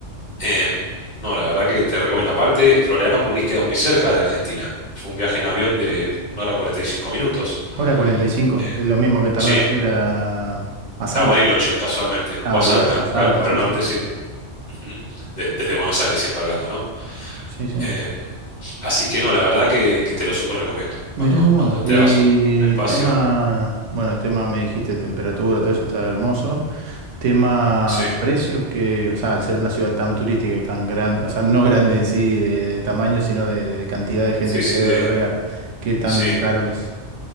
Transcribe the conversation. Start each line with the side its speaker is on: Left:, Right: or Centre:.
Left: Em, no, la verdad que te recomiendo. Aparte, Florianópolis queda muy cerca de Argentina. Fue un viaje en avión de una hora 45 minutos.
Right: Hora 45,
Left: Em,
Right: es lo mismo que tardás
Left: sí,
Right: en ir a, a Salta,
Left: a Bariloche, casualmente,
Right: a
Left: o
Right: Bariloche,
Left: a Salta,
Right: a Salta,
Left: claro, para
Right: sí,
Left: el norte,
Right: sí, sí.
Left: sí. Ujú. De- desde Buenos Aires, siempre hablando, ¿no?
Right: Sí, sí.
Left: Em, así que no, la verdad que, que te lo súper recomiendo. Cuando,
Right: Mirá vos,
Left: cuando te
Right: y
Left: hagas un, un espacio.
Right: tema, bueno, tema me dijiste temperatura, todo eso está hermoso. Tema
Left: Sí,
Right: precios que, o sea, al ser una ciudad tan turística y tan grande, o sea, no grande en sí de, de tamaño, sino de, de cantidad de gente
Left: sí,
Right: que
Left: sí,
Right: debe
Left: de,
Right: albergar, ¿qué tan
Left: sí.
Right: caro es?